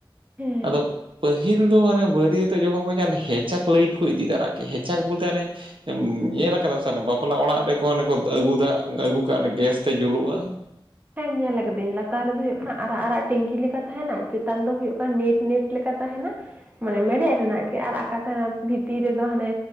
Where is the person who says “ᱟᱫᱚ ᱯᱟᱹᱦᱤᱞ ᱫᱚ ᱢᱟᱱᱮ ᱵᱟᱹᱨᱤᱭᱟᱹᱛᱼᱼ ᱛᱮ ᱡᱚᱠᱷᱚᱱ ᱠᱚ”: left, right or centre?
Right